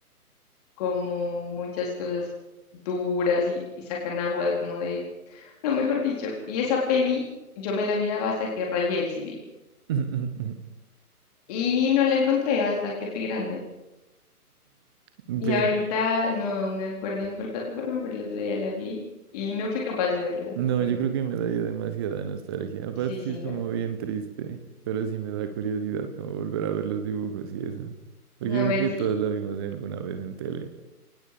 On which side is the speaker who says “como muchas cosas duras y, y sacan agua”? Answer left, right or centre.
Left